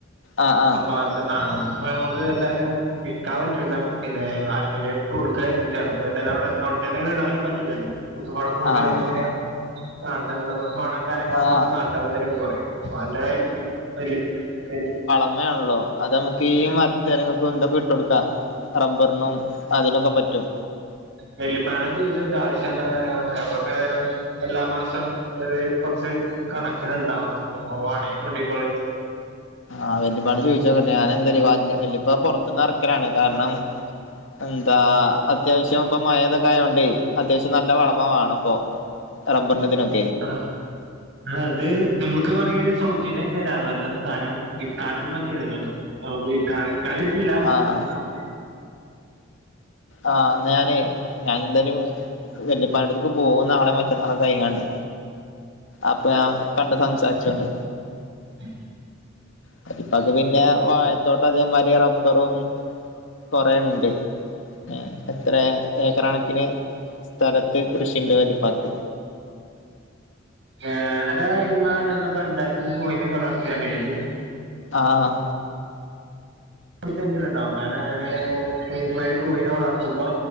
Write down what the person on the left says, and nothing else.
ആഹ് ആഹ്
ആഹ്
ആഹ്
ഇമ്മയാണല്ലോ. അത് അമ്മക്കീ മരത്തേരങ്ങൾക്ക് എന്തക്കെ ഇട്ട് കൊട്ക്കാ. റബ്ബർനും അതിനൊക്കെ പറ്റും.
ആഹ് വല്ലിപ്പാട് ചോയിച്ചോക്കട്ടെ ഞാൻ എന്തല്. വല്ലിപ്പ പൊറത്ത്ന്ന് എറക്കലാണ്. കാരണം എന്താ അത്യാവശ്യം ഇപ്പ മഴ ഇതൊക്കെ ആയോണ്ടേ, അത്യാവശ്യം നല്ല വളമ്മെ വേണ ഇപ്പൊ. റബ്ബർനതിനും
ആഹ്
ആഹ് ന്നാ ഞാനെ ഞാനെന്തായാലും വെല്ലിപ്പാന്റട്ത്ത്ക്ക് പോവൂ നാളെയൊ മ റ്റന്നാളോക്കെ ആയിങ്ങാണ്ട്. അപ്പൊ ഞാ കണ്ട് സംസാരിച്ചോണ്ട്.
വല്ലിപ്പാക്ക് പിന്നെ വാ തോട്ടം അതേ മാരി റബ്ബറും കൊറേ ഇണ്ട്. ഏഹ് ഇത്രേ ഏക്കർ കണക്കിന് സ്ഥലത്ത് കൃഷിയുണ്ട് വലിപ്പാക്ക്
ആഹ്